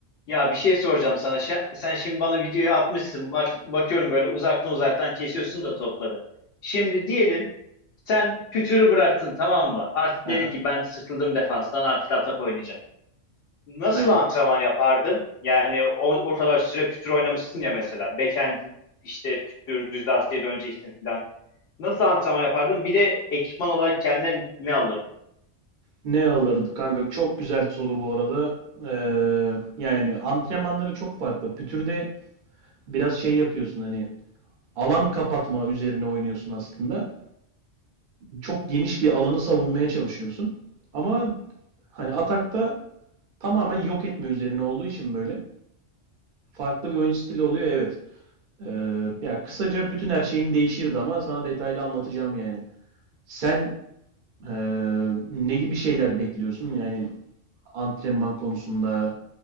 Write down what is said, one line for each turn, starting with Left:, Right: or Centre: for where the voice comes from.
Left: Ya bir şey soracağım sana. Şa- Sen şimdi bana videoyu atmışsın. Bak, bakıyorum böyle uzaktan uzaktan kesiyorsun da topları. Şimdi diyelim sen pütürü bıraktın tamam mı? Artık dedin
Right: Aha,
Left: ki ben sıkıldım defanstan artık atak oynayacağım. Nasıl
Right: aynen.
Left: antrenman yapardın? Yani o, o kadar süre pütür oynamışsın ya mesela. Backhand işte pütür düz lastiğe döneceksin falan. Nasıl antrenman yapardın? Bir de ekipman olarak kendine ne alırdın?
Right: Ne alırdı kanka? Çok güzel soru bu arada. Ee, yani antrenmanları çok farklı. Pütür'de biraz şey yapıyorsun hani alan kapatma üzerine oynuyorsun aslında. Çok geniş bir alanı savunmaya çalışıyorsun. Ama hani atakta tamamen yok etme üzerine olduğu için böyle farklı bir oyun stili oluyor evet. Ee, ya kısaca bütün her şeyim değişirdi ama sana detaylı anlatacağım yani. Sen ee, ne gibi şeyler bekliyorsun? Yani antrenman konusunda